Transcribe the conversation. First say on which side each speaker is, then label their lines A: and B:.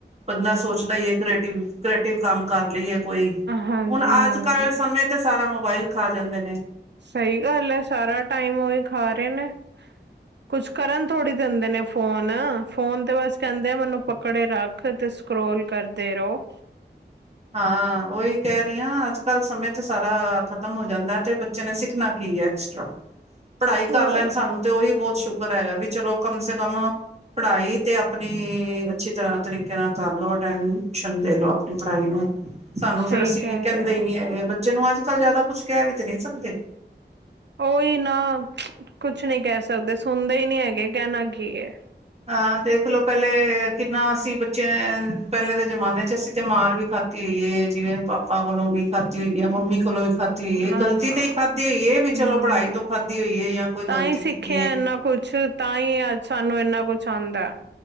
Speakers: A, on the right (about 35°); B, on the right (about 70°).
A: ਬੰਦਾ ਸੋਚ ਹੀਏ ਕਰ੍ਰੀਟਿਵ ਕਰ੍ਰੀਏਟਿਵ ਕੰਮ ਕਰ ਲਈਏ ਕੋਈ
B: ਹਾਂਜੀ
A: ਹੁਣ ਅੱਜ
B: ਹਾਂਜੀ
A: ਕੱਲ ਸਮੇਂ ਤੇ ਸਾਰਾ ਮੋਬਾਇਲ ਖਾ ਜਾਂਦੇ ਨੇ।
B: ਸਹੀ ਗੱਲ ਹੈ ਸਾਰਾ ਟਾਈਮ ਉਹੀ ਖਾ ਰਹੇ ਨੇ।
A: <inaudible>
B: ਕੁਛ ਕਰਨ ਥੋੜੀ ਦੇ ਹੁੰਦੇ ਨੇ ਫੋਨ ਫੋਨ ਤੇ ਬਸ ਕਹਿੰਦੇ ਆ ਮੈਨੂੰ ਪਕੜੇ ਰੱਖ ਫੇਰ ਤੇ ਸਕਰੋਲ ਕਰਦੇ ਰਹੋ।
A: ਹਾਂ। ਉਹੀ ਕਹਿ ਰਹੀ ਹਾਂ ਅੱਜ ਕੱਲ੍ਹ ਸਮੇਂ ਤੇ ਸਾਰਾ ਖਤਮ ਹੋ ਜਾਂਦਾ ਤੇ ਬੱਚੇ ਨੇ ਸਿੱਖਣਾ ਕੀ ਹੈ? ਐਕਸਟਰਾ। ਪੜ੍ਹਾਈ
B: ਰਹੋ
A: ਕਰ ਲੈਣ ਸਾਨੂੰ ਤੇ ਉਹੀ ਬਹੁਤ ਸ਼ੁਕਰ ਹੈਗਾ ਵੀ ਚਲੋ ਕਮ ਸੇ ਕਮ ਪੜ੍ਹਾਈ ਤੇ ਆਪਣੀ ਅੱਛੀ ਤਰ੍ਹਾਂ ਤਰੀਕੇ ਨਾਲ ਕਰਲੋ ਅਟੈਂਸ਼ਨ ਦੇ ਲੋੋ ਆਪਣੀ ਆਈ ਨੋ ਸਾਨੂੰ
B: ਸਹੀ
A: ਫੇਰ ਅਸੀਂ
B: ਕਹਿ
A: ਕਹਿੰਦੇ
B: ਰਹੇ ਹੋ
A: ਹੀ ਨੀ ਹੈਗੇ ਬੱਚੇ ਨੂੰ ਅੱਜ ਕੱਲ ਜ਼ਿਆਦਾ ਕੁਛ ਕਹਿ ਵੀ ਤਾਂ ਨਹੀਂ ਸਕਦੇ।
B: ਉਹੀ ਨਾ ਕੁਛ ਨਹੀਂ ਕਹਿ ਸਕਦੇ ਸੁਣਦੇ ਹੀ ਨਹੀਂ ਹੈਗੇ ਕਹਿਣਾ ਕੀ ਹੈ।
A: ਅਹ ਦੇਖਲੋ ਪਹਿਲੇ ਕਿੰਨਾ ਅਸੀਂ ਬੱਚੇ ਪਹਿਲੇ ਦੇ ਜਮਾਨੇ ਚ ਅਸੀਂ ਤੇ ਮਾਰ ਵੀ ਖਾਧੀ। ਤੇ ਜਿਵੇਂ ਪਾਪਾ ਕੋਲੋਂ ਵੀ ਖਾਧੀ ਹੋਈ ਏ ਮੰਮੀ ਕੋਲੋਂ ਵੀ ਖਾਧ ਜੀ
B: ਨਾ
A: ਗਲਤੀ
B: ਨਾ
A: ਤੇ ਹੀ ਖਾਧੀ ਹੋਈ ਹੈ ਵੀ
B: ਹਮ
A: ਚਲੋ ਪੜ੍ਹਾਈ ਤੋਂ ਖਾਧੀ ਹੋਈ ਹੈ ਜਾਂ ਕੋਈ
B: ਤਾਂ
A: ਗ਼ਲਤੀ
B: ਹੀ ਸਿੱਖਿਆ
A: ਕੀਤੀ ਏ।
B: ਇੰਨਾ ਕੁਛ ਤਾਂ ਹੀ ਅੱਜ ਸਾਨੂੰ ਇੰਨਾ ਕੁਛ ਆਉਂਦਾ।